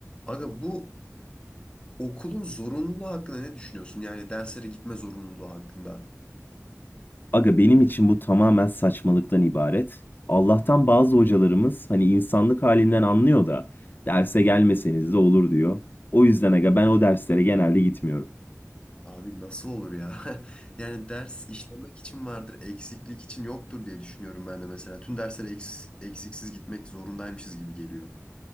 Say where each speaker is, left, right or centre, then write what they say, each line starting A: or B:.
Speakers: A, on the left; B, on the left.
A: Aga bu okulun zorunluluğu hakkında ne düşünüyorsun? Yani derslere gitme zorunluluğu hakkında.
B: Aga benim için bu tamamen saçmalıktan ibaret. Allah'tan bazı hocalarımız hani insanlık halinden anlıyor da derse gelmeseniz de olur diyor. O yüzden aga ben o derslere genelde gitmiyorum.
A: Abi nasıl olur ya? <laughs> Yani ders işlemek için vardır, eksiklik için yoktur diye düşünüyorum ben de mesela. Tüm derslere eks- eksiksiz gitmek zorundaymışız gibi geliyor.